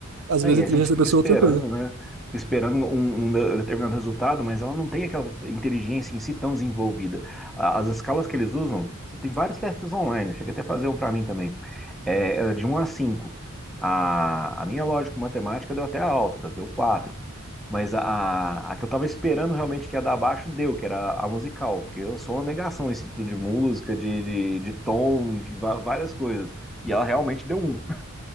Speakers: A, on the right; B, in the centre.
A: Às
B: Aí
A: vezes a
B: a
A: inteligência
B: gente fica
A: da pessoa
B: esperando,
A: é outra coisa.
B: né? Fica esperando um, um de- um determinado resultado, mas ela não tem aquela inteligência em si tão desenvolvida. A- As escalas que eles usam, você tem vários testes online, chega até a fazer um para mim também. É, é de um a cinco A, a minha lógica matemática deu até alta, deu quatro Mas a, a, a que eu tava esperando realmente que ia dar baixo, deu, que era a musical, porque eu sou uma negação em sentido de música, de, de, de tom, de va- várias coisas. E ela realmente deu um.